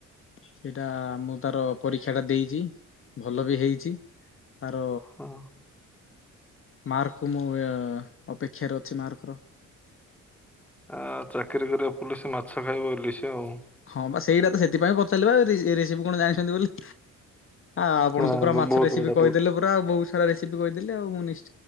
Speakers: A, on the left; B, in the centre.
A: ସେଇଟା ମୁଁ ତାର ପରୀକ୍ଷା ଟା ଦେଇଛି ଭଲ ବି ହେଇଛି। ଆର।
B: ହଁ।
A: ମାର୍କକୁ ମୁଁ ଅପେକ୍ଷାରେ ଅଛି ମାର୍କର।
B: ଆ ଚାକିରି କରିବ ପୋଲିସ ମାଛ ଖାଇବ ଇଲିସି ଆଉ।
A: ହଁ ବା ସେଇଟା ତ ସେଥିପାଇଁ ପଚାରିଲିବା ରେସିପି କଣ ଜାଣିଛନ୍ତି ବୋଲି? ଆଉ ଆପଣ
B: ହଁ
A: ତ ପୁରା ମାଛ
B: ବହୁତ
A: ରେସିପି
B: ବଢିଆ
A: କହିଦେଲେ
B: ବହୁତ।
A: ପୁରା ବହୁତ ସାରା ରେସିପି କହିଦେ ଆଉ ମୁଁ ନିଶ୍ଚ